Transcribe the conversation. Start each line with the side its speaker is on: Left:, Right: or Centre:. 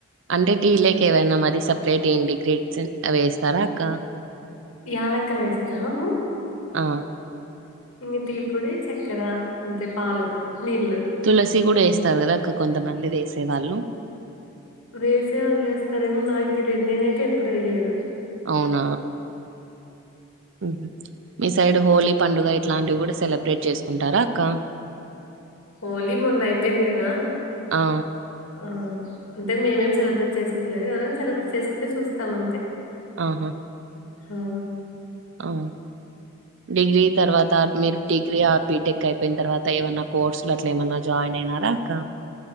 Right: అంటే టీ లేక్ ఏవైనా మరి సప్రేట్ ఎంటిగ్రేట్స్ అవేస్తారా అక్క
Left: యాలక్కలేస్తాము
Right: ఆ
Left: ఇంగ టీ పొడి చక్కెర అంతె పాలు నీళ్ళు
Right: తులసి కూడా ఏస్తారు కదా అక్క కొంతమంది వేసే వాళ్ళు
Left: వేసే వాళ్ళు ఏస్తారేమో నాక్ తెలిదు నేనైతే ఎప్పుడు ఏయలేదు
Right: అవున ఉహ్మ్ మీ సైడ్ హోలీ పండుగ ఇట్లాంటివి కూడా సెలబ్రేట్ చేస్కుంటారా అక్క
Left: హోలీ మొన్న అయిపోయింది కదా
Right: ఆ!
Left: ఆ అంటే మేమేం సెలబ్రేట్ చేస్కోలేదు ఎవరైనా సెలబ్రేట్ చేస్కుంటే చూస్తాం అంతే
Right: ఆహా
Left: హా
Right: అ డిగ్రీ తర్వాత మీరు డిగ్రీ ఆర్బిటెక్ అయిపోయిన్ తర్వాత ఏమన్నా కోర్సులు అట్లా ఏమన్నా జాయిన్ ఎండైనరా అక్క